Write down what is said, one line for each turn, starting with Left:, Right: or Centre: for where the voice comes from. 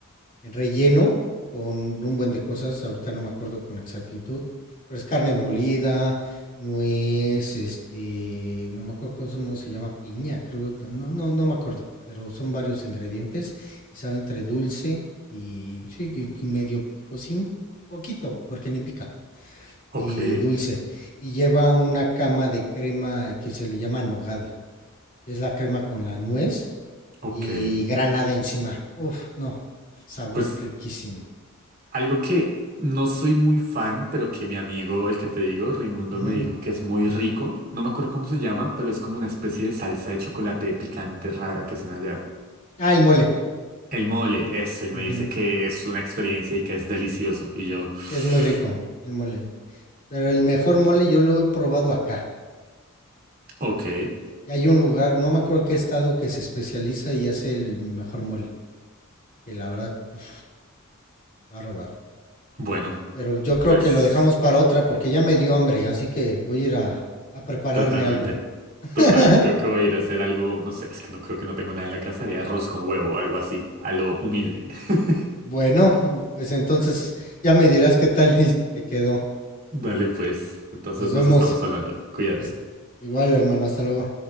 Left: relleno con un buen de cosas, ahorita no me acuerdo con exactitud, pero es carne molida, nuez, este, no me acuerdo cómo se llama, piña, creo, no, no, no me acuerdo, pero son varios ingredientes y sabe entre dulce y, sí, y- y medio picosín, poquito, porque ni pica,
Right: Ok,
Left: y dulce y lleva una cama de crema que se le llama nogada que es la crema con la nuez
Right: ok.
Left: y granada encima. Uf, no, sabor
Right: Pues
Left: riquísimo.
Right: algo que no soy muy fan, pero que mi amigo, el que te digo, Raimundo,
Left: Ujú.
Right: me dijo que es muy rico. No me acuerdo cómo se llama, pero es como una especie de salsa de chocolate picante rara que hacen allá.
Left: Ah, el mole.
Right: El mole, eso, y me
Left: Ujú.
Right: dice que es una experiencia y que es delicioso. Y yo, <sighs>
Left: Sí, es muy rico el mole. Pero el mejor mole yo lo he probado acá.
Right: ok,
Left: Y hay un lugar, no me acuerdo qué estado, que se especializa y hace el mejor mole. Que la verdad, uf, bárbaro.
Right: bueno,
Left: Pero yo creo
Right: pues.
Left: que lo dejamos para otra porque ya me dio hambre, así que voy a ir a, a prepararme
Right: Totalmente.
Left: algo. <laughs>
Right: Total, creo que voy a ir a hacer algo, no sé, es que no creo que no tengo nada en la casa, haré arroz con huevo o algo así, a lo humilde. <laughs>
Left: bueno, pues entonces ya me dirás qué tal te quedó.
Right: Dale pues, entonces
Left: Nos vemos.
Right: nos estamos hablando, cuídate.
Left: Hasta- Igual, hermano, hasta luego.